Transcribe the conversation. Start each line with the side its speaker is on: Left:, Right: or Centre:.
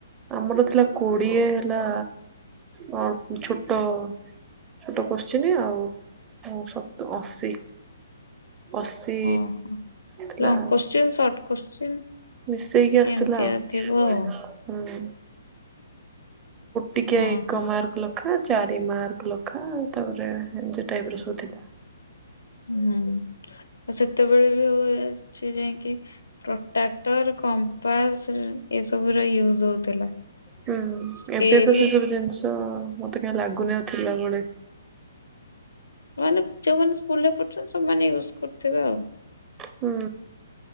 Right: ଆମର ଥିଲା କୋଡିଏ ହେଲା ଓ ଛୋଟ। ଛୋଟ କୋଶ୍ଚିନ୍‌ ଆଉ ସତ ଅଶୀ। ଅଶୀ
Left: ଓହୋ
Right: ଥିଲା।
Left: ଲଙ୍ଗ କୋଶ୍ଚିନ୍ ସର୍ଟ କୋଶ୍ଚିନ୍
Right: ମିଶେଇକି ଆସିଥିଲା
Left: ଏମିତି
Right: ଆଉ
Left: ଥିବ
Right: ହୁଁ।
Left: ଆଉ
Right: ଟିକେ
Left: ଓହୋ
Right: ଏକ ମାର୍କ ଲାଖା ଚାରି ମାର୍କ ଲଖା ଆଉ ତାପରେ ଏନ୍ତି ଟାଇପ୍ ର ସବୁଥିଲା।
Left: ହୁଁ। ଆଉ ସେତେବେଳେ ବି ଆଛି ଯାଇକି ପ୍ରଟ୍ରାକ୍ଟର କମ୍ପାସ। ଏ ସବୁ ର ୟୁଜ୍‌ ହଉଥିଲା
Right: ହୁଁ
Left: ସ୍କେଲ୍।
Right: ଏବେ ସେ ସବୁ ଜିନିଷ ତ ମତେ କାହିଁ ଲାଗୁନି ଥିଲା ଭଳି।
Left: ମାନେ ଯୋଉମାନେ ସ୍କୁଲ୍ ରେ ପଢୁଛନ୍ତି ସେମାନେ ୟୁଜ୍‌ କରୁଥିବେ ଆଉ।
Right: ହୁଁ।